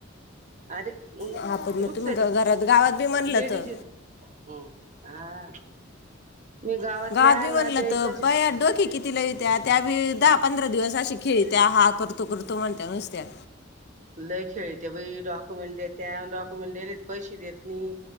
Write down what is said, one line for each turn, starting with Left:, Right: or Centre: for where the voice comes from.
Right: अरे
Left: हा पण मग
Right: रुख
Left: तुम्ही
Right: सायली
Left: ग- घरात गावात बी म्हणलं
Right: लेडीज
Left: तर
Right: ये ते हम्म हा मी गावातल्या
Left: गावात बी म्हणलं
Right: नातेवाईकचे
Left: तर बाया डोके किती लावी त्या त्या बी दहा पंधरा दिवस अशी खेळीत्या हा करु तो करतो म्हणत्या नुसत्या
Right: लय खेळत्या बाई डॉक्युमेंट देत्या, डॉक्युमेंट देले पैशे देत नई,